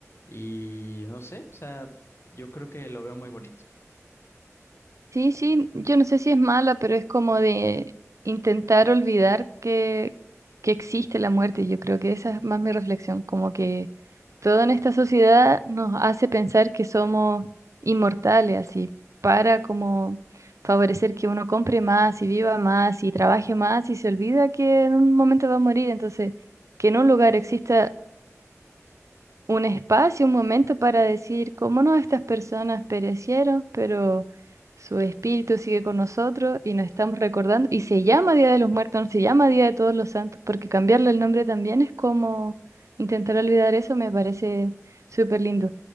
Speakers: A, on the left; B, on the right.
A: y no sé, o sea, yo creo que lo veo muy bonito.
B: Sí, sí, yo no sé si es mala, pero es como de intentar olvidar que, que existe la muerte. Yo creo que esa es más mi reflexión, como que todo en esta sociedad nos hace pensar que somos inmortales, así, para como favorecer que uno compre más y viva más y trabaje más y se olvida que en un momento va a morir. Entonces, que en un lugar exista un espacio, un momento para decir cómo no estas personas perecieron, pero su espíritu sigue con nosotros y nos estamos recordando. Y se llama Día de los Muertos, no se llama Día de Todos los Santos, porque cambiarle el nombre también es como intentar olvidar eso, me parece súper lindo.